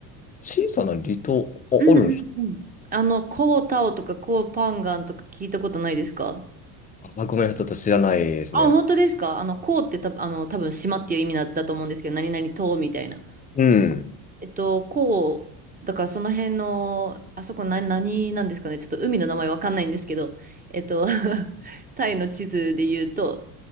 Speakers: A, on the left; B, on the right.
A: 小さな離島、あ、
B: うんうんうん。
A: あるんですか
B: あの、コータオとかコーパンガンとか聞いたことないですか
A: あ、ごめんなさい、ちょっと知らないですね。
B: あ、本当ですかあの、コーってた、あの、多分島っていう意味だ、だと思うんですけど、何々島みたいな。
A: うん。
B: えっと、こう、だからその辺の、あそこ何、何なんですかね。ちょっと海の名前わかんないんですけど、えっと、<laughs> タイの地図で言うと、